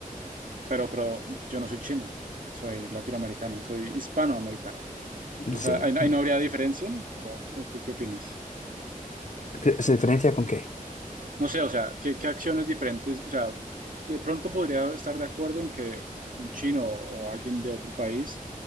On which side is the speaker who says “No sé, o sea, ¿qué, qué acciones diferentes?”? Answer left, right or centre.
Right